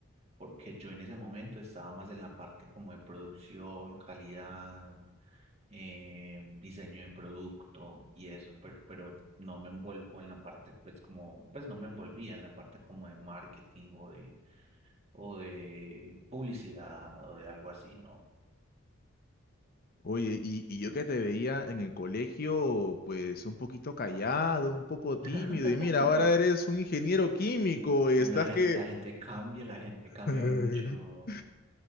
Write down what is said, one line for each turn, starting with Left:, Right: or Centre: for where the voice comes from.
Right: porque yo en ese momento estaba más en la parte como de producción, calidad, eh, diseño de producto y eso, pero, pero no me envuelvo en la parte, pues como, pues no me envolvía en la parte como de marketing o de, o de publicidad o de algo así, no.
Left: Oye, y, y yo que te veía en el colegio, pues un poquito callado, un poco tímido,
Right: <laughs>
Left: y mira, ahora eres un ingeniero químico
Right: N-
Left: y
Right: Una
Left: estás
Right: gente,
Left: que...
Right: la gente cambia, la gente cambia
Left: <laughs>
Right: mucho.